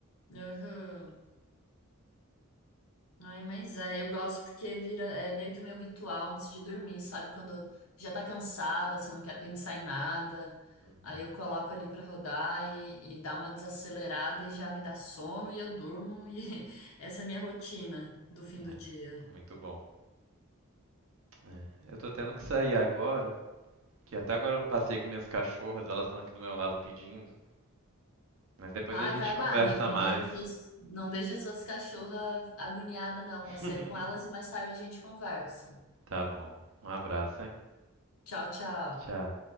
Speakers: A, on the left; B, on the right.
A: Aham. Ai, mas é, eu gosto porque vira, é meio que o meu ritual antes de dormir, sabe? Quando já tá cansada, você não quer pensar em nada.
B: Uhum.
A: Aí eu coloco ali pra rodar e, e dá uma desacelerada e já me dá sono e eu durmo. E <laughs> essa é a minha rotina do fim do
B: É,
A: dia.
B: Muito bom. É. Eu tô tendo que sair agora, que até agora eu não passei com minhas cachorras, elas estão aqui do meu lado pedindo. Mas depois
A: Ai,
B: a gente
A: vai
B: conversa
A: lá, amigo. Não
B: mais.
A: deixa suas, não deixa suas cachorras agoniadas, não.
B: <laughs>
A: Passeia com elas e mais tarde a gente conversa.
B: Tá bom. Um abraço, hein?
A: Tchau, tchau.
B: Tchau.